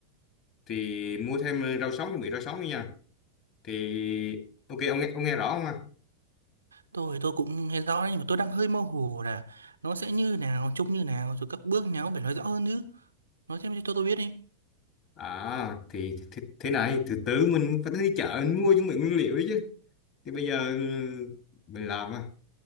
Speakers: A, on the left (about 40°); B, on the right (about 75°).
A: thì mua thêm ờ, rau sống chuẩn bị rau sống nữa nha thì ok ông nghe, ông nghe rõ không ạ?
B: tôi tôi cũng nghe rõ đấy, nhưng mà tôi đang hơi mơ hồ là nó sẽ như nào trông như nào rồi các bước nào cũng phải nói rõ hơn chứ nói thêm cho tôi biết đi
A: à thì, thì thế này từ từ mình phải đi chợ mình mua chuẩn bị nguyên liệu đấy chứ thì bây giờ ừ, mình làm à